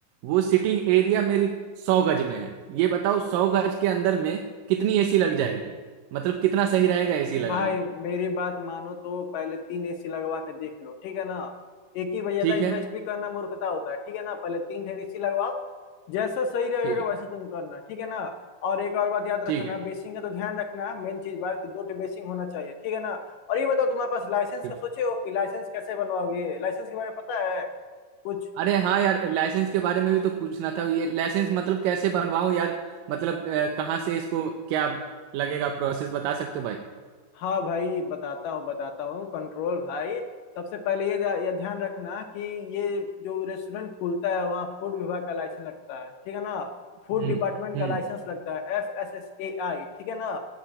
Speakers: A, on the right; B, on the left.
A: वो सिटिंग एरिया मेरी सौ गज में है ये बताओ सौ गज के अंदर में कितनी एसी लग जाएगी मतलब कितना सही
B: भाई
A: रहेगा एसी लगाना
B: मेरी बात मानो तो पहले तीन एसी लगवा के देख लो ठीक है ना एक ही भाई ज्यादा
A: ठीक
B: इन्वेस्ट
A: है
B: भी करना मूर्खता होता है ठीक है ना पहले तीन ठे एसी लगवाओ जैसा सही रहेगा
A: ठीक है
B: वैसा तुम करना ठीक है ना और एक और बात याद रखना
A: ठीक है
B: बेसिंग का तो ध्यान रखना मेन चीज बात कि दो ठे बेसिंग होना चाहिए ठीक है ना और ये बताओ तुम्हारे पास लाइसेंस
A: ठीक
B: का सोचे हो कि लाइसेंस कैसे बनवाओगे लाइसेंस के बारे में पता है कुछ
A: अरे हाँ यार लाइसेंस के बारे में भी तो पूछना था ये लाइसेंस मतलब कैसे बनवाऊं यार मतलब अ, कहाँ से इसको क्या लगेगा प्रोसेस बता सकते हो भाई
B: हाँ भाई बताता हूँ बताता हूँ कंट्रोल भाई सबसे पहले ये ध्या- ये ध्यान रखना कि ये जो रेस्टोरेंट खुलता है वहाँ फूड विभाग का लाइसेंस लगता है ठीक है ना
A: हम्म
B: फूड डिपार्टमेंट
A: हम्म
B: का लाइसेंस लगता है एफ एस एस ए आई ठीक है ना